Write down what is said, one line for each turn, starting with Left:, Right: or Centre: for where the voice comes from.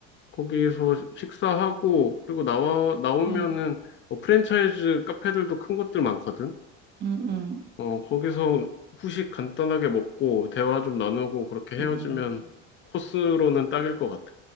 Left: 거기서 식사하고 그리고 나와 나오면은
Right: 음,
Left: 뭐 프랜차이즈 카페들도 큰 것들 많거든.
Right: 음, 음,
Left: 어, 거기서 후식 간단하게 먹고 대화 좀 나누고 그렇게 헤어지면
Right: 음.
Left: 코스로는 딱일 것 같아.